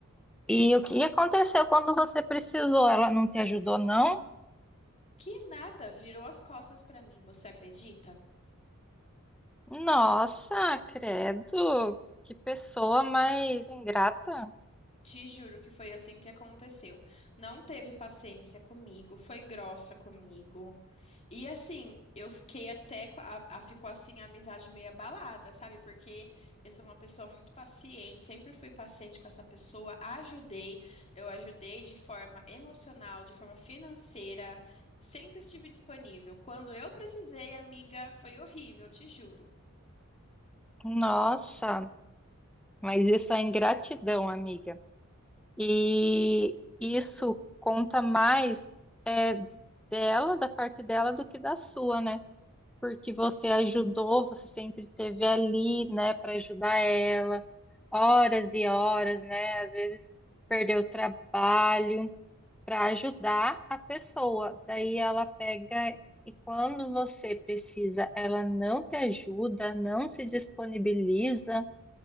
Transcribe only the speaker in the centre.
E o que aconteceu quando você precisou? Ela não te ajudou, não?
Nossa, credo, que pessoa mais ingrata.
Nossa, mas isso é ingratidão, amiga. E isso conta mais é, dela, da parte dela, do que da sua, né? Porque você ajudou, você sempre esteve ali, né, para ajudar ela, horas e horas, né? Às vezes perdeu o trabalho para ajudar a pessoa. Daí ela pega e quando você precisa, ela não te ajuda, não se disponibiliza.